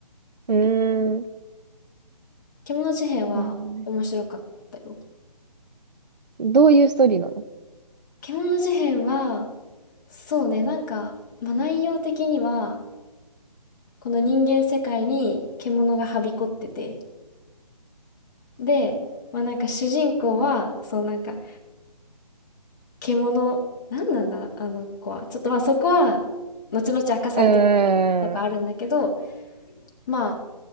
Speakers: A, on the right; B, on the left.
A: うーん。
B: 獣事変は面白かったよ。
A: なるほどね。どういうストーリーなの
B: 獣事変は、そうね、なんか、まあ、内容的には、この人間世界に獣がはびこってて、で、まあ、なんか主人公は、そうなんか、獣なんなんだ、あの子は。ちょっとまあそこは、後々明かされていくみたいなとかあるんだけど、
A: うーん。
B: まあ、